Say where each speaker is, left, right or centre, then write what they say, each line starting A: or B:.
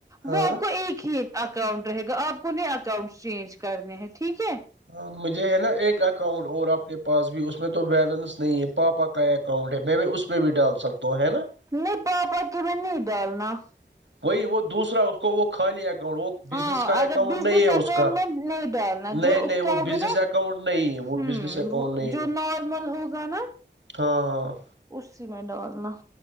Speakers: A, on the right (about 80°); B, on the right (about 15°).
A: ہاں
B: وہ آپ کو ایک ہی اکاؤنٹ رہے گا آپ کوہیں اکاؤنٹ چینج کرنے ہیں ٹھیک ہے
A: ہاں مجھے ہے نا ایک اکاؤنٹ اور اپنے پاس بھی اس میں تو بیلنس نہیں ہے پاپا کا اکاؤنٹ ہے میں بھی اس میں بھی ڈال سکتا ہوں ہے نا-
B: نہیں پاپا کی میں نہیں ڈالنا
A: وہی وہ دوسرا اس کو وہ خالی- ا وہ بس
B: ہاں
A: کا
B: اگر
A: اکاؤنٹ
B: بزنس
A: نہیں ہے
B: اکاؤنٹ
A: اس کا
B: میں نہیں ڈالنا جو
A: نہیں
B: اس
A: نہیں
B: کا
A: وہ
B: ہوگا
A: ب ا-
B: نا
A: اکاؤنٹ نہیں ہے وہ
B: ہوں
A: بزنس اکاؤنٹ نہیں
B: جو
A: ہے
B: نارمل ہوگا نا
A: ہاں- ہاں-
B: اسی میں ڈالنا-